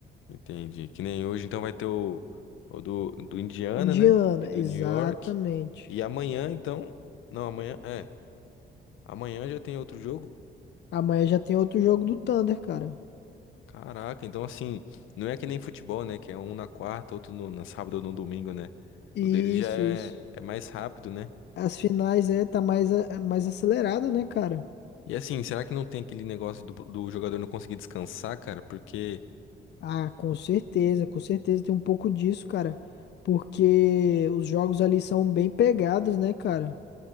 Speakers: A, on the left (about 85°); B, on the left (about 60°).
A: entendi. Que nem hoje, então vai ter o, o do, do Indiana,
B: Indiana,
A: né? E do
B: exatamente.
A: New York. E amanhã, então. Não, amanhã. É. Amanhã já tem outro jogo?
B: Amanhã já tem outro jogo do Thunder, cara.
A: Caraca, então assim, não é que nem futebol, né? Que é um na quarta, outro no, na sábado ou no domingo, né?
B: Isso,
A: O dele já é,
B: isso.
A: é mais rápido, né?
B: As finais é, tá mais, a- é mais acelerado, né, cara?
A: E assim, será que não tem aquele negócio do, do jogador não conseguir descansar, cara? Porque
B: Ah, com certeza, com certeza tem um pouco disso, cara. Porque os jogos ali são bem pegados, né, cara?